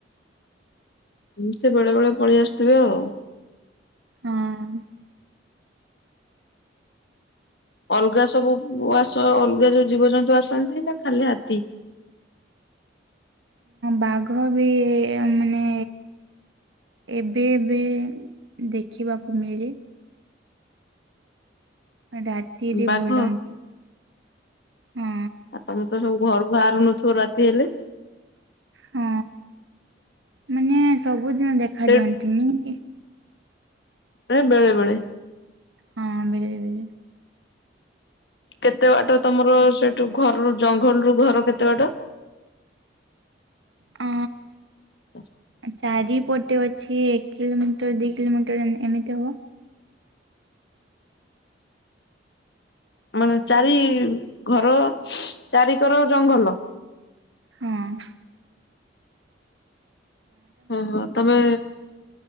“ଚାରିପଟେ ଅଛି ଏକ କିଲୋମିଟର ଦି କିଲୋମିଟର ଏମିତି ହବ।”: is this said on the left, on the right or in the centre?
Right